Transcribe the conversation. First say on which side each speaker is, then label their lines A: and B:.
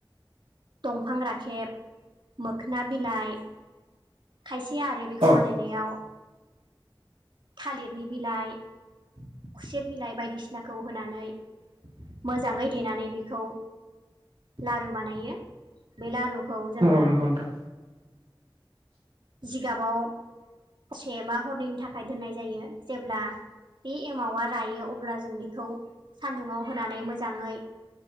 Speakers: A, on the right; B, on the right.
A: दंफां राखेब मोखोना बिलाइ खायसे आरो बेखौ
B: औ
A: बानायनायाव थालिरनि बिलाइ। खुसेर बिलाइ बायदिसिनाखौ होनानै मोजाङै देनानै बेखौ लारु बानायो बे लारुखौ जोङो
B: नंगौ नंगौ नोंथां
A: जिगाबाव से बा हरनैनि थाखाय दोननाय जायो जेब्ला बे एमावा रायो अब्ला जों बेखौ सान्दुंङाव होनानै मोजाङै